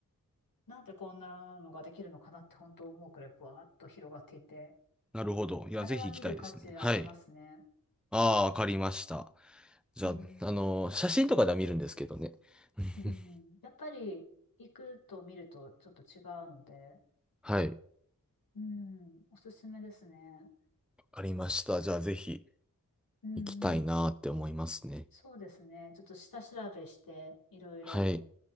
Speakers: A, on the left; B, in the centre.
A: なんでこんなのができるのかなって本当思うくらいブワーッと広がっていて、
B: なるほど。いや、
A: あれは見る価値ありますね。
B: ぜひ行きたいですね。はい。ああ、わかりました。じゃあ、
A: うん。
B: あのー写真とかでは見るんですけどね。<laughs>
A: うん。やっぱり行くと見るとちょっと違うので、
B: はい。わ
A: うん、おすすめですね。
B: かりました。じゃあ、ぜひ
A: うんうん。
B: 行きたいなーって思いますね。
A: そうですね。ちょっと下調べして、いろいろ
B: はい。